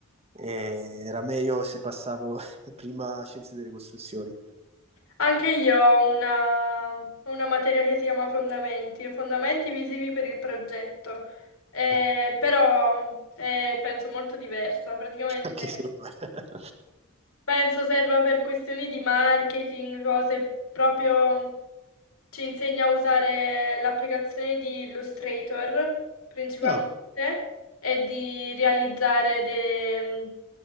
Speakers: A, on the right; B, on the left.
A: eh, era meglio se passavo <laughs> prima scienze delle costruzioni.
B: Anche io ho una, ho una materia che si chiama Fondamenti, e fondamenti visivi per il progetto, Eh,
A: <laughs>
B: però eh, penso molto diversa, praticamente
A: Anche secondo me. <laughs>
B: penso serva per questioni di marketing, cose proprio ci insegna a usare l'applicazione di Illustrator principalmente
A: No.
B: e di realizzare de-